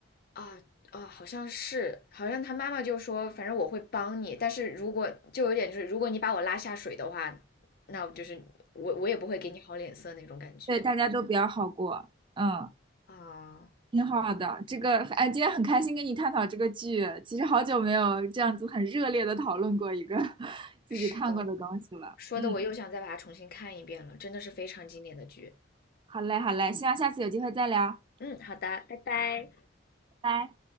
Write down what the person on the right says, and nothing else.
对，大家都比较好过，嗯，
挺好的。这个，哎，今天很开心跟你探讨这个剧，其实好久没有这样子很热烈的讨论过一个 <laughs> 自己看过的东西了。
嗯，
好嘞，好嘞，希望下次有机会再聊，
拜拜。